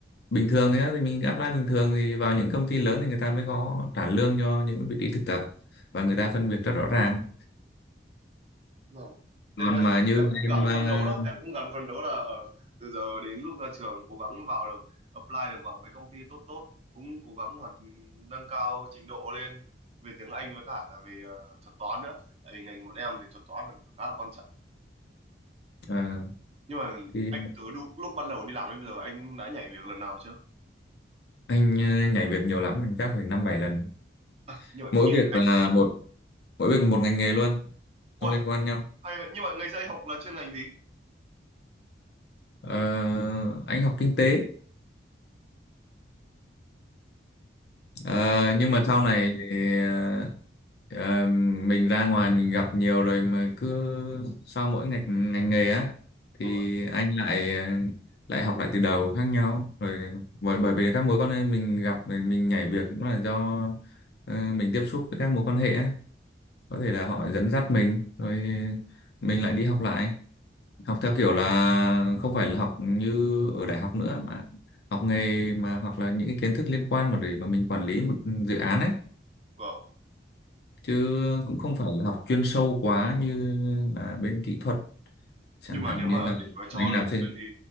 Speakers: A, on the left; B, on the right.
A: bình thường thế thì mình apply bình thường thì vào những công ty lớn thì người ta mới có trả lương cho những vị trí thực tập và người ta phân việc rất rõ ràng
B: vâng. Thế
A: còn
B: nói
A: mà
B: chung
A: như
B: là em cũng
A: em
B: gắng
A: ờ,
B: phấn đấu đó, em cũng gắng phấn đấu là ờ, từ giờ đến lúc ra trường cố gắng vào được, apply được vào mấy công ty tốt tốt, cũng cố gắng hoạt nâng cao trình độ lên về tiếng Anh với cả là về ờ, thuật toán nữa. Tại vì ngành bọn em thì thuật toán là khá là quan trọng.
A: ờ,
B: Nhưng mà
A: thì
B: anh từ lúc, lúc bắt đầu đi làm đến bây giờ anh đã nhảy việc lần nào chưa?
A: anh ờ, nhảy việc nhiều lắm anh chắc phải năm bảy lần
B: Ờ, nhưng mà
A: mỗi
B: ý
A: việc
B: là anh,
A: là một mỗi việc một ngành nghề luôn
B: ôi,
A: không liên quan nhau
B: hay, vậy. nhưng mà ngày xưa anh học là chuyên ngành gì?
A: Ờ, anh học kinh tế Ờ,
B: Anh
A: nhưng
B: ấy,
A: mà sau này thì, ờ, ờ, mình ra ngoài mình gặp nhiều rồi mà cứ sau mỗi ngành ngành nghề á thì
B: vâng ạ.
A: anh lại lại học lại từ đầu khác nhau rồi bởi bởi vì các mối quan hệ mình gặp rồi mình nhảy việc cũng là do ờ, mình tiếp xúc với các mối quan hệ á có thể là họ dẫn dắt mình rồi mình lại đi học lại học theo kiểu là không phải là học như ở đại học nữa mà học nghề mà hoặc là những cái kiến thức liên quan mà để mà mình quản lý một dự án ấy
B: Vâng.
A: chứ cũng không phải là học chuyên sâu quá như là bên kỹ thuật chẳng
B: nhưng mà
A: hạn
B: nếu
A: như
B: mà
A: là
B: để mà cho
A: anh
B: lời
A: làm
B: khuyên
A: trên
B: thì